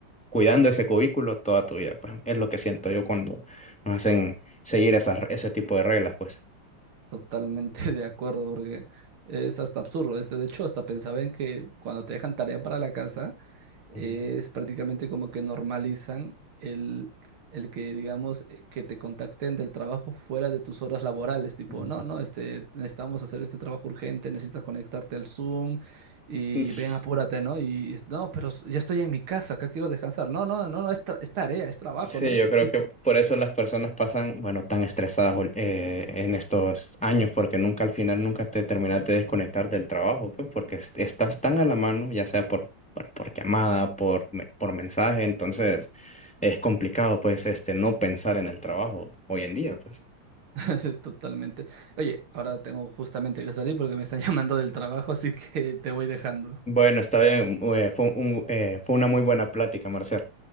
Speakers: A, in the centre; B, on the right.
A: cuidando ese cubículo toda tu vida. Pues es lo que siento yo cuando nos hacen seguir esas, ese tipo de reglas, pues.
B: Totalmente <laughs> de acuerdo, porque es hasta absurdo. Este, de hecho, hasta pensaba en que cuando te dejan tarea para la casa, eh,
A: Ujú,
B: es prácticamente como que normalizan el, el que, digamos, eh, que te contacten del trabajo fuera de tus horas laborales. Tipo,
A: ujú.
B: no, no, este, necesitamos hacer este trabajo urgente, necesitas conectarte al Zoom y
A: Es-
B: ven, apúrate, ¿no? Y no, pero s- ya estoy en mi casa, acá quiero descansar. No, no, no, no, es, tra- es tarea, es trabajo,
A: Sí,
B: ¿no?
A: yo creo que
B: <laughs>
A: por eso las personas pasan, bueno, tan estresadas ul- eh, en estos años, porque nunca al final, nunca te terminas de desconectar del trabajo, pues porque es- estás tan a la mano, ya sea por, bueno, por llamada, por, me- por mensaje, entonces es complicado, pues, este, no pensar en el trabajo hoy en día, pues.
B: <laughs> Totalmente. Oye, ahora tengo justamente que salir porque me están <laughs> llamando del trabajo, así que te voy dejando.
A: Bueno, está bien, eh, fue un- eh, fue una muy buena plática, Marcial.